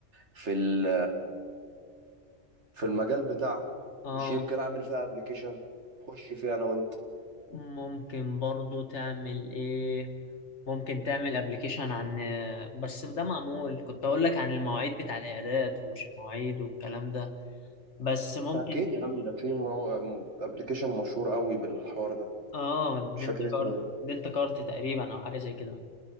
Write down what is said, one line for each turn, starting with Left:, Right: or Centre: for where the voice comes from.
Right: في ال- في المجال بتاعكم
Left: اه
Right: مش يمكن اعمل فيها ابلكيشن اخش فيه انا وانت
Left: ممكن برضو تعمل ايه ممكن تعمل ابلكيشن عن بس ده معمول كنت اقول لك عن المواعيد بتاع العيادات ومش المواعيد والكلام ده بس ممكن
Right: اكيد يا عم ده في ابلكيشن مشهور قوي بالحوار ده
Left: اه دنت
Right: مش فاكر اسمه
Left: كارت
Right: ايه
Left: دنت كارت تقريبا او حاجه زي كده